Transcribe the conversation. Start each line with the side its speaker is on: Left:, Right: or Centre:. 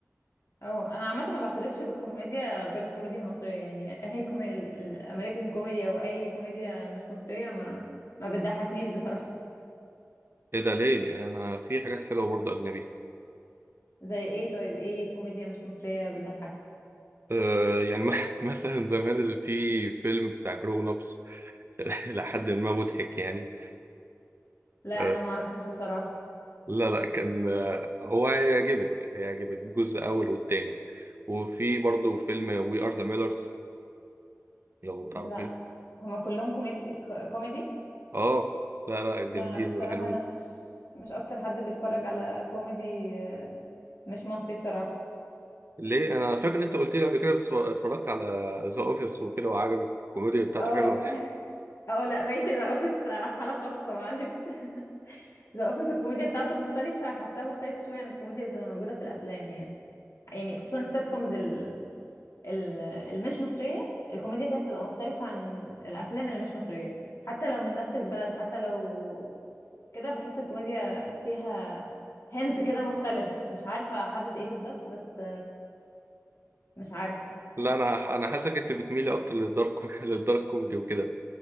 Left: اه انا عامه ما بعترفش بالكوميديا غير الكوميديا المصريه يعني <laughs> اي كومي... الامريكان كوميدي او اي كوميديا مش مصريه ما ما بتضحكنيش بصراحه
Right: ايه ده ليه انا في حاجات حلوه برضه اجنبي
Left: زي ايه طيب ايه كوميديا مش مصريه بتضحك
Right: آه يعني م- <laughs> مثلا زمان اللي في فيلم بتاع جرون ابس <laughs> لحد ما مضحك يعني
Left: لا
Right: آه
Left: انا ما اعرفش بصراحه
Right: لا لا كان آه هو هيعجبك هيعجبك الجزء الاول والتاني وفي برضه فيلم وي ار ذا ميلرز لو تعرفيه
Left: لا هما كلهم كوميدي كوميدي
Right: اه لا لا جامدين
Left: لا أنا بصراحة
Right: وحلوين
Left: انا مش مش اكتر حد بيتفرج على كوميدي آه، مش مصري بصراحة
Right: ليه انا فاكر انت قلت لي قبل كده بتتفر- اتفرجت على ذا اوفيس وكده وعجبك الكوميديا بتاعته
Left: اه
Right: حلوه
Left: اه لا ماشي ذا اوفيس حالة خاصة معلش <laughs> ذا اوفيس الكوميديا بتاعته مختلفة حاساها مختلفة شوية عن الكوميديا اللي بتبقى موجودة في الافلام يعني يعني خصوصا السات كومز ال... ال... المش مصرية الكوميديا فيها بتبقى مختلفة عن الافلام اللي مش مصرية حتى لو من نفس البلد حتى لو كده بحس الكوميديا فيها هنت كده مختلف مش عارفة احدد ايه بالظبط بس مش عارفة
Right: <laughs> لا انا انا حاسسك انت بتميلي اكتر للدارك <laughs> للدارك كوميدي وكده